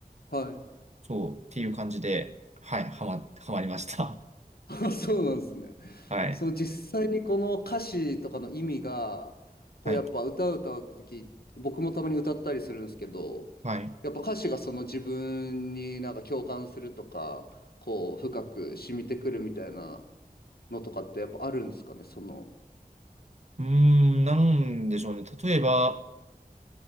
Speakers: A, on the left; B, on the right.
A: はい。<laughs>
B: そう、っていう感じで、はい、はま、はまりました。
A: あそうなんですね。
B: <laughs> はい。
A: その実際にこの歌詞とかの意味が、こうやっぱ歌う歌う時僕もたまに歌ったりするんですけど、
B: はい。はい。う
A: やっぱ歌詞がその自分になんか共感するとか、こう深く染みてくるみたいなのとかってやっぱあるんですかね、その。
B: ーん、なんでしょうね。例えば、